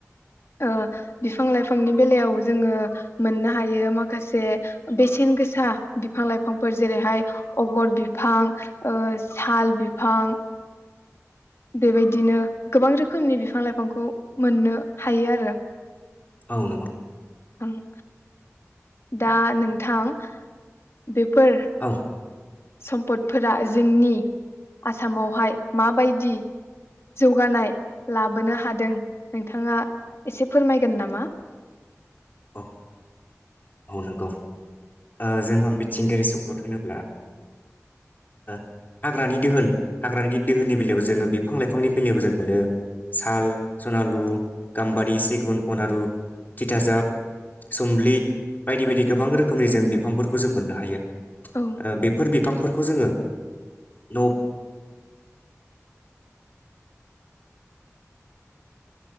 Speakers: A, on the left (about 55°); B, on the left (about 35°).
A: ओ बिफां लाइफांनि बेलायाव जोङो मोननो हायो माखासे बेसेन गोसा बिफां लाइफांफोर जेरैहाय अगर बिफां ओ साल बिफां बेबायदिनो गोबां रोखोमनि बिफां लाइफांखौ मोननो हायो आरो।
B: ओ नोंगौ।
A: ओं। दा नोंथां बे फोर
B: औ
A: सम्पदफोरा जोंनि आसामावहाय माबायदि जौगानाय लाबोनो हादों नोंथाङा एसे फोरमायगोन नामा
B: औ। औ नोंगौ ओ जोङो मिथिंगायारि सम्पद होनोब्ला ओ हाग्रानि दोहोन हाग्रानि दोहोननि बेलायाव जोङो बिफां लाइफांनि बेलायाव जों मोनो साल, सनालु, गाम्बारि, सिगुन, अनारु, थिथासाब, सुमब्लि बायदि बायदि गोबां रोखोमनि जों बिफांफोरखौ जों मोननो हायो। ओ
A: औ
B: बेफोर बिफां फोरखौ जोङो न'